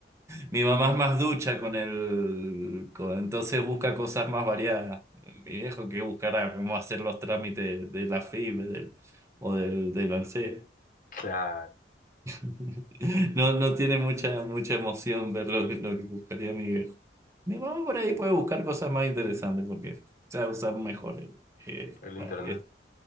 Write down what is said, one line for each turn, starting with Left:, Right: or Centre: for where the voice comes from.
Right: mi mamá es más ducha con el. con- entonces busca cosas más variadas. Mi viejo que buscará cómo hacer los trámites de la FIB del, o del, del ANSES.
Left: Claro,
Right: <laughs> No, no tiene mucha, mucha emoción ver lo que, lo que buscaría mi viejo. Mi mamá por ahí puede buscar cosas más interesantes porque sabe usar mejor el- eh,
Left: el
Right: la-
Left: internet.
Right: es-